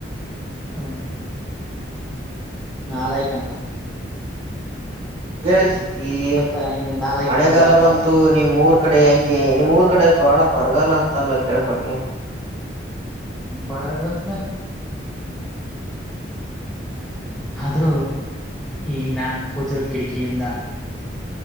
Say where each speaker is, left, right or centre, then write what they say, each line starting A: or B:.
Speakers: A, in the centre; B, on the right.
A: ಹ್ಮ ನಾಲಾಯಕ್ ಅಂತ
B: ಹೇಳಿ ಏ
A: ಗೊತ್ತಾ ನಿಮ್ಗೆ ನಾಲಾಯಕ್
B: ಮಳೆಗಾಲ
A: ಪದದ ಅರ್ಥ
B: ಬಂತು ನಿಮ್ಮೂರ. ಕಡೆ ಹೆಂಗೆ ನಿಮ್ಮಊರ್ ಕಡೆ ಬಾಳ ಬರಗಾಲಂತಲ್ಲ ಕೇಳಪಟ್ಟೆ.
A: ಬರಗಾಲ. ಆದ್ರೂ ಈ ನಾ ಕೂತಿರೋ ಕಿಡಕಿಯಿಂದ.